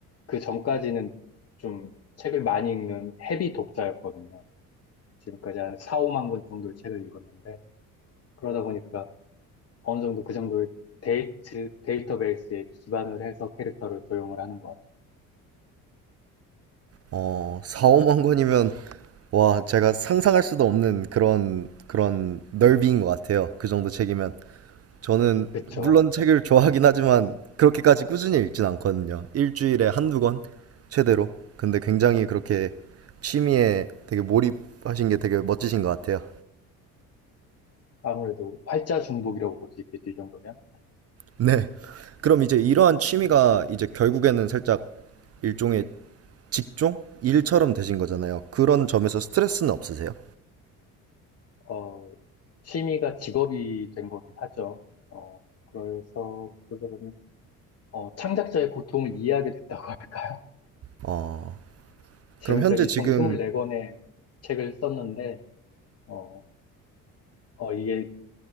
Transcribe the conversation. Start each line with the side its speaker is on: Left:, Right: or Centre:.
Left: 그 전까지는 좀 책을 많이 읽는 헤비 독자였거든요. 지금까지 한 4, 5만 권 정도의 책을 읽었는데, 그러다 보니까 어느 정도 그 정도의 데이트, 데이터베이스에 기반을 해서 캐릭터를 조형을 하는 것 같아요.
Right: 어, 4, 5만 권이면 와, 제가 상상할 수도 없는 그런 그런 넓이인 것 같아요. 그 정도 책이면 저는
Left: 그쵸.
Right: 물론 책을 좋아하긴 하지만 그렇게까지 꾸준히 읽진 않거든요. 일주일에 한두 권 최대로. 근데 굉장히 그렇게 취미에 되게 몰입하신 게 되게 멋지신 것 같아요.
Left: 아무래도 활자 중독이라고 볼 수 있겠죠, 이 정도면.
Right: 네. 그럼 이제 이러한 취미가 이제 결국에는 살짝 일종의 직종? 일처럼 되신 거잖아요. 그런 점에서 스트레스는 없으세요?
Left: 어, 취미가 직업이 된 거긴 하죠. 어, 그래서 그러다 보면, 어, 창작자의 고통을 이해하게 됐다고 할까요?
Right: 어,
Left: <laughs> 지금까지
Right: 그럼 현재 지금,
Left: 총 24권의 책을 썼는데, 어, 어, 이게